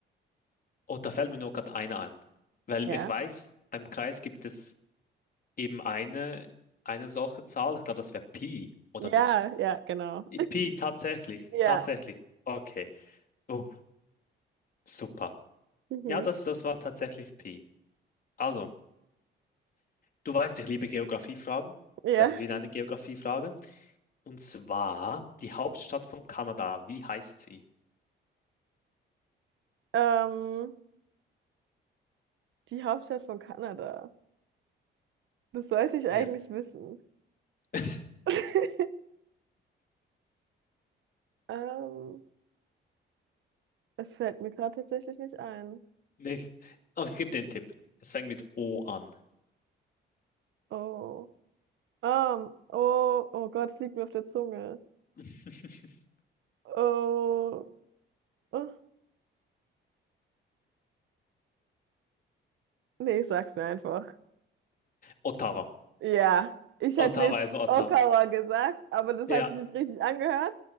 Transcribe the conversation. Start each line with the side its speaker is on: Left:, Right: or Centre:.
Left: Oh, da fällt mir nur gerade eine an. Weil
Right: Ja.
Left: ich weiß, beim Kreis gibt es eben eine, eine solche Zahl. Ich glaube, das wäre Pi, oder
Right: Ja,
Left: nicht?
Right: ja, genau.
Left: Pi, tatsächlich.
Right: Ja.
Left: Tatsächlich. Okay. Oh, super.
Right: Mhm.
Left: Ja, das, das war tatsächlich Pi. Also, du weißt, ich liebe Geografiefragen.
Right: Ja.
Left: Das ist wieder eine Geografiefrage. Und zwar die Hauptstadt von Kanada. Wie heißt sie?
Right: Ähm, die Hauptstadt von Kanada. Das sollte ich eigentlich
Left: Ja,
Right: wissen.
Left: <laughs>
Right: <laughs> Ähm, Es fällt mir gerade tatsächlich nicht ein.
Left: nicht. Oh, ich gebe dir einen Tipp. Es fängt mit O an.
Right: Oh. Um, oh, oh Gott, es liegt mir auf der Zunge.
Left: <laughs>
Right: Oh. oh. Nee, ich sag's mir einfach.
Left: Ottawa.
Right: Ja, ich hätte
Left: Ottawa,
Right: nicht
Left: also Ottawa.
Right: Okawa gesagt, aber das
Left: Ja,
Right: hat sich nicht richtig angehört.